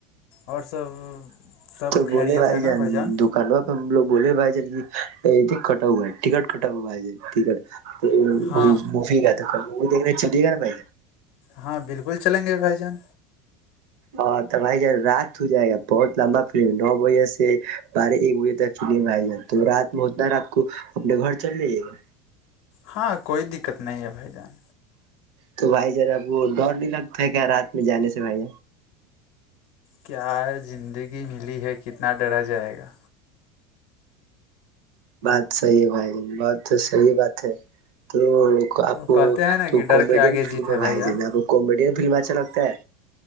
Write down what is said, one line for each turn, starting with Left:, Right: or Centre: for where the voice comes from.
Left: اور سب سب
Right: تو بولے
Left: خیرییت
Right: بھائی
Left: ہے نا
Right: جان
Left: بھجن
Right: دکانوں ہم لوگ بولے بائ جے کہ کٹاؤو ہے تکٹ کٹاؤ بائے تکٹ تو
Left: ہاں
Right: موی گ تھا موی دیکھنے چولیے گا نا ب
Left: ہاں بالکل چلیں گے بھائی جان
Right: اور تو بھائی جان رات ہو جائے گا بہت لمبا فلم نو بجے سے بارہ ایک بجے تک فلم ہےائی جان تو رات میں اتنا رات کو اپنے گھر چل لیجے گا
Left: ہاں کوئی دقت نہیں ہے بھائی جان
Right: تو بھائی جراب وہ ڈر نہیں لگتا ہے کیا رات میں جانے سے بھائی
Left: کیا زندگی ملی ہے کتنا ڈرا جائے گا
Right: بات صحی ہے بھائی ج بات تو صحیح بات ہے تو آپ
Left: کہتے ہیں نا
Right: تو
Left: کہ ڈر
Right: کامیڈین
Left: کے آگے
Right: فلم
Left: جیت ہے
Right: بھائی
Left: جان
Right: ج ناپ کامیڈین فلم اچھا لگتا ہے